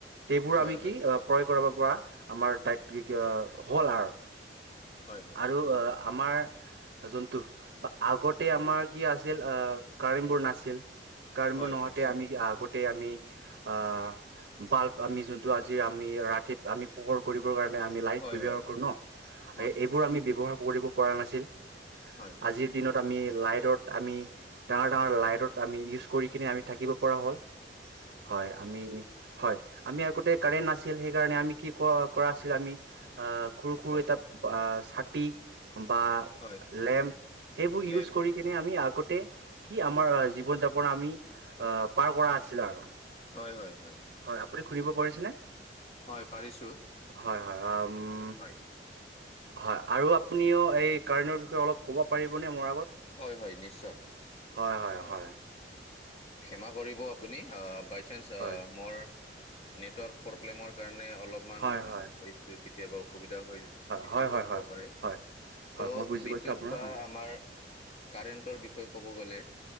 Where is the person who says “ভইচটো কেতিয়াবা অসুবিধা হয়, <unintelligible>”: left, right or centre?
Left